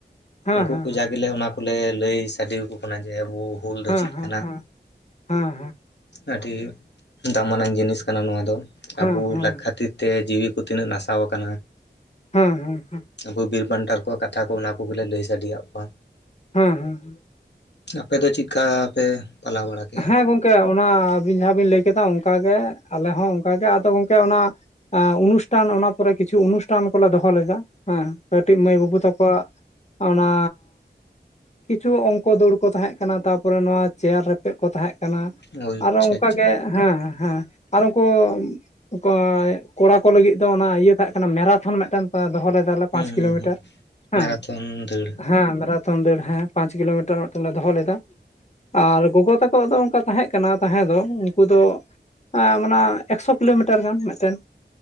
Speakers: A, on the left; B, on the left.
A: ᱦᱮᱸ
B: ᱩᱱᱠᱩ
A: ᱦᱮᱸ
B: ᱠᱚ ᱡᱟ ᱜᱮᱞᱮ ᱚᱱᱟ ᱠᱚᱞᱮ ᱞᱟᱹᱭ ᱥᱟᱰᱮ ᱟᱠᱚ ᱠᱟᱱᱟ ᱡᱮ ᱟᱵᱚ ᱦᱩᱞ ᱫᱚ
A: ᱦᱮᱸ
B: ᱪᱮᱫ
A: ᱦᱮᱸ
B: ᱠᱟᱱᱟ
A: ᱦᱮᱸ ᱦᱮᱸ
B: ᱟᱹᱰᱤ ᱫᱟᱢᱟᱱᱟᱝ ᱡᱤᱱᱤᱥ ᱠᱟᱱᱟ ᱱᱚᱣᱟ ᱫᱚ
A: ᱦᱮᱸ
B: ᱟᱵᱚ <unintelligible>
A: ᱦᱮᱸ ᱦᱮᱸ ᱦᱮᱸ
B: ᱠᱷᱟᱹᱛᱤᱨ ᱛᱮ ᱡᱤᱣᱤ ᱠᱚ ᱛᱤᱱᱟᱹᱜ ᱱᱟᱥᱟᱣ ᱟᱠᱟᱱᱟ
A: ᱦᱮᱸ ᱦᱮᱸ ᱦᱮᱸ
B: ᱟᱵᱚ ᱵᱤᱨ ᱵᱟᱱᱴᱟ ᱠᱚᱣᱟᱜ ᱠᱟᱛᱷᱟ ᱠᱚ ᱚᱱᱟ ᱠᱚᱜᱮᱞᱮ ᱞᱟᱹᱭ ᱥᱟᱰᱮ ᱟᱫ ᱠᱚᱣᱟ
A: ᱦᱮᱸ ᱦᱮᱸ
B: ᱟᱯᱮ ᱫᱚ ᱪᱮᱫᱠᱟ ᱯᱮ ᱯᱟᱞᱟᱣ ᱵᱟᱲᱟ? ᱠᱮᱜᱼᱟ
A: ᱦᱮᱸ ᱜᱚᱝᱠᱮ ᱚᱱᱟ ᱟᱹᱵᱤᱱ ᱡᱟᱦᱟᱸ ᱵᱤᱱ ᱞᱟᱹᱭ ᱠᱮᱫᱟ ᱚᱱᱠᱟᱜᱮ ᱟᱞᱮ ᱦᱚᱸ ᱚᱱᱠᱟᱜᱮ ᱟᱫᱚ ᱜᱚᱝᱠᱮ ᱚᱱᱟ ᱮ ᱚᱱᱩᱥᱴᱷᱟᱱ ᱚᱱᱟ ᱠᱚᱨᱮ ᱠᱤᱪᱷᱩ ᱚᱱᱩᱥᱴᱷᱟᱱ ᱠᱚᱞᱮ ᱫᱚᱦᱚ ᱞᱮᱫᱟ ᱦᱮᱸ ᱠᱟᱹᱴᱤᱡ ᱢᱟᱹᱭ ᱵᱟᱹᱵᱩ ᱛᱟᱠᱚᱣᱟᱜ ᱚᱱᱟ ᱠᱤᱪᱷᱩ ᱚᱝᱠᱚ ᱫᱟᱹᱲ ᱠᱚ ᱛᱟᱦᱮᱸᱜ ᱠᱟᱱᱟ ᱛᱟᱯᱚᱨᱮ ᱱᱚᱣᱟ ᱪᱮᱭᱟᱨ ᱨᱮᱯ ᱠᱚ ᱛᱟᱦᱮᱸ ᱠᱟᱱᱟ
B: ᱚ ᱟᱪᱪᱷᱟ
A: ᱟᱨᱚ ᱚᱱᱠᱟᱜᱮ
B: ᱟᱪᱪᱷᱟ
A: ᱦᱮᱸ ᱦᱮᱸ ᱟᱨ ᱩᱱᱠᱩ ᱚᱠᱚᱭ ᱠᱚᱲᱟ ᱠᱚ ᱞᱟᱹᱜᱤᱫ ᱫᱚ ᱚᱱᱟ ᱤᱭᱟᱹ ᱛᱟᱦᱮᱸ ᱠᱟᱱᱟ ᱢᱮᱨᱟᱛᱷᱚᱱ ᱢᱤᱫᱴᱟᱝ ᱫᱚᱦᱚᱞᱮᱫ ᱛᱟᱞᱦᱮ
B: ᱦᱩᱸ
A: ᱯᱟᱸᱪ ᱠᱤᱞᱳᱢᱤᱴᱟᱨ
B: ᱦᱩᱸ ᱦᱩᱸ
A: ᱦᱮᱸ
B: ᱢᱮᱨᱟᱛᱷᱚᱱ ᱫᱟᱹᱲ
A: ᱦᱮᱸ ᱢᱮᱨᱟ <unintelligible> ᱯᱟᱸᱪ ᱠᱤᱞᱳᱢᱤᱴᱟᱨ ᱢᱤᱫᱴᱟᱝ ᱞᱮ ᱫᱚᱦᱚ ᱞᱮᱫᱟ ᱟᱨ ᱜᱚᱜᱚ ᱛᱟᱠᱚᱣᱟᱜ ᱫᱚ ᱚᱱᱠᱟ ᱛᱟᱦᱮᱸ ᱠᱟᱱᱟ ᱛᱟᱦᱮᱸ ᱫᱚ ᱩᱱᱠᱩ ᱫᱚ ᱟᱸ ᱢᱟᱱᱮ ᱮᱠᱥᱳ ᱠᱤᱞᱳᱢᱤᱴᱟᱨ ᱜᱟᱱ ᱢᱤᱫᱴᱟᱝ